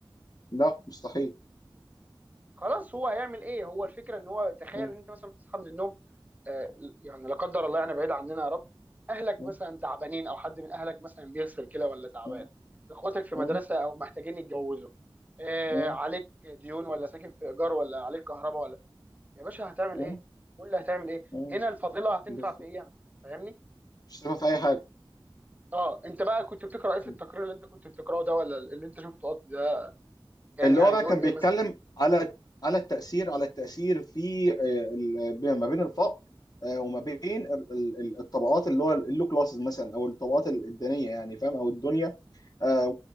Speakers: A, on the left; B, on the right.
A: لا مستحيل
B: خلاص هو هيعمل ايه هو الفكره ان هو تخيل
A: مم.
B: ان انت مثلا بتصحى من النوم آه، يعني لا قدر الله يعني بعيد عننا يا رب اهلك
A: مم.
B: مثلا تعبانين او حد من اهلك مثلا بيغسل كلى ولا تعبان
A: مم.
B: اخواتك في
A: مم.
B: مدرسه او محتاجين يتجوزوا آه،
A: مم.
B: عليك ديون ولا ساكن في ايجار ولا عليك كهرباء يا باشا هتعمل
A: مم.
B: ايه قول لي هتعمل ايه
A: مم.
B: هنا الفضيله هتنفع
A: بالظبط
B: في ايه يعني فاهمني
A: مش شايفها في اي حاجه
B: اه انت بقى كنت بتقرا ايه في
A: مم.
B: التقرير اللي انت كنت بتقراه ده ولا اللي انت شفته قط- ده كان
A: اللي
B: يعني
A: هو بقى
B: بيقول
A: كان
B: ايه
A: بيتكلم
B: مثلا
A: على على التاثير على التاثير في آه، ال- ب- ما بين الفقر آه، وما بين ال- ال- الطبقات اللي هو اللو كلاسز مثلا او الطبقات الدينيه يعني فاهم او الدنيا آه،